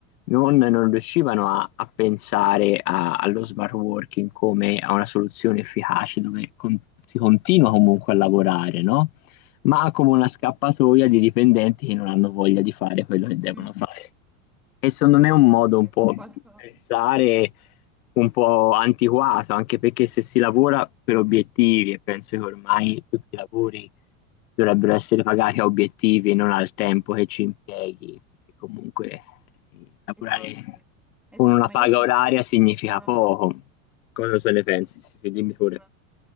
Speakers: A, on the left (about 85°); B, in the centre.
A: non, non riuscivano a, a pensare a- allo smart working come a una soluzione efficace dove con- si continua comunque a lavorare, no? Ma come una scappatoia di dipendenti che non hanno voglia di fare quello che devono
B: mm,
A: fare. E secondo me è un modo
B: ne
A: un po'
B: so qualcosa.
A: Mm. di pensare un po' antiquato, anche perché se si lavora per obiettivi, e penso che ormai tutti i lavori dovrebbero essere pagati a obiettivi e non al tempo che ci impieghi, perché comunque lavorare
B: Esatto, esatto,
A: con una
B: ma
A: paga
B: io sono,
A: oraria significa
B: sono
A: poco. Cosa se ne pensi? Sì, sì, dimmi pure.
B: là.